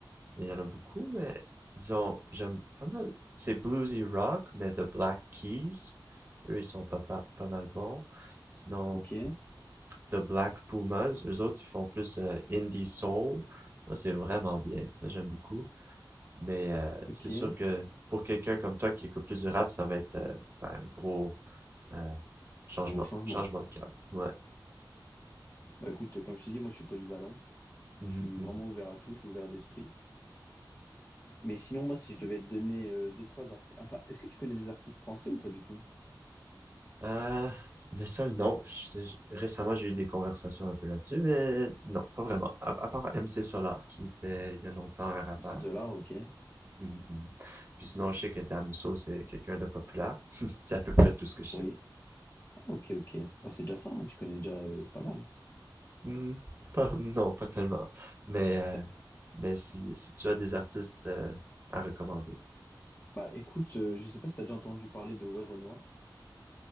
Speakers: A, on the right; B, on the left.
A: il y en a beaucoup, mais disons, j'aime pas mal. C'est bluesy rock, mais The Black Keys, eux, ils sont pas, pas, pas mal bons. Sinon,
B: ok,
A: The Black Pumas, eux autres, ils font plus euh, indie soul. Ça, c'est vraiment bien. Ça, j'aime beaucoup. Mais euh,
B: ok.
A: c'est sûr que pour quelqu'un comme toi qui écoute plus de rap, ça va être euh, ben, un gros euh, changement,
B: Un gros changement.
A: changement de cap. Ouais.
B: Bah écoute, comme je t'ai dit, moi je suis polyvalent.
A: Mhm,
B: Je suis
A: mhm.
B: vraiment ouvert à tout, je suis ouvert d'esprit. Mais sinon, moi, si je devais te donner euh, deux, trois artistes. Enfin, est-ce que tu connais des artistes français ou pas du tout?
A: Euh, le sol, non. Je- Récemment, j'ai eu des conversations un peu là-dessus, mais non, pas vraiment. À, à part MC Solar, qui était il y a longtemps un rappeur.
B: C'est cela. ok.
A: Mhm, mhm. Puis sinon, je sais que Damso, c'est quelqu'un de populaire. <laughs> C'est à peu près tout ce que je sais.
B: Oui. Ok, ok. Bah, c'est déjà ça, hein, Tu connais déjà euh, pas mal.
A: Hmm, pas, non, pas tellement. Mais, euh,
B: T'as-
A: mais si, si tu as des artistes euh, à recommander.
B: Bah écoute, euh, je sais pas si t'as déjà entendu parler de Werenoi.